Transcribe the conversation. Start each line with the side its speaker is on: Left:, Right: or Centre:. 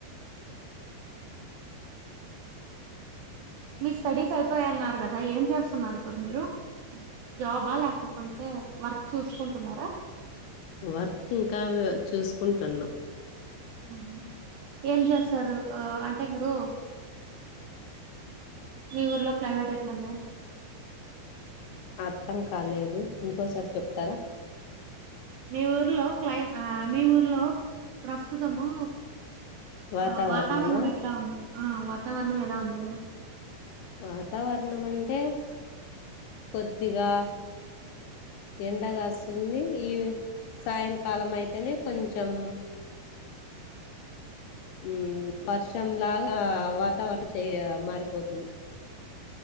Right: మీ స్టడీస్ అయిపోయాయి అన్నారు కదా ఏం చేస్తున్నారు ఇప్పుడు మీరు జాబా ల్యాకోకుంటే వర్క్ చూసుకుంటున్నారా
Left: వర్క్ ఇంకా చూసుకుంటున్నా
Right: ఆహా ఏం చెస్ స్తారు అంటే మీరు మీ ఊర్లో ప్రైవేట్ ఎట్ ట్లుందో
Left: అర్థం కాలేదు ఇంకోసారి చెప్తారా
Right: మీ ఊర్లో క్లై మీ ఊర్లో ప్రస్తుతము
Left: వాతావరణమా
Right: ఆ వాతావరణం ఎట్లా ఉంది ఆ వాతావరణం ఎలా ఉంది
Left: వాతావరణం అంటే కొద్దిగా ఎండ కాస్తుంది ఈ సాయంకాలం అయితేనే కొంచెం మ్మ్ వర్షంలాగా వాతావరణం చెయ మారిపోతుంది